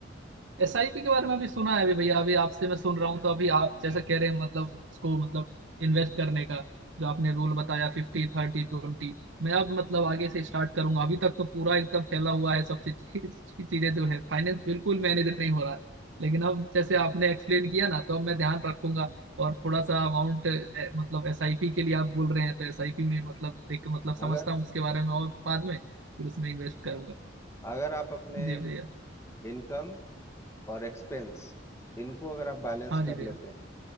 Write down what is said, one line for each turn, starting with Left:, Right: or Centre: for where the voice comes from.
Right: एस आई पी के बारे में अभी सुना है अभी भैया अभी आपसे मैं सुन रहा हूँ तो अभी आप जैसे कह रहे हैं मतलब इसको मतलब इन्वेस्ट करने का जो आपने रूल बताया फिफ्टी थर्टी ट्वेंटी मैं अब मतलब आगे से स्टार्ट करूंगा अभी तक तो पूरा एकदम फैला हुआ है सब चीज चीजें जो है फाइनेंस बिल्कुल मैनेज
Left: अच्छा
Right: नहीं हो रहा है लेकिन अब जैसे आपने एक्सप्लेन किया ना तो अब मैं ध्यान रखूंगा और थोड़ा सा अमाउंट मतलब एस आई पी के लिए आप बोल रहे हैं तो एस आई पी में मतलब देख मतलब समझता
Left: अगर
Right: हूँ उसके बारे में और बाद में फिर उसमें इन्वेस्ट
Left: हाँ
Right: करूंगा
Left: अगर आप अपने
Right: जी भैया
Left: इनकम और एक्सपेंस इनको अगर आप बैलेंस
Right: हाँ जी
Left: कर
Right: भैया
Left: लेते हैं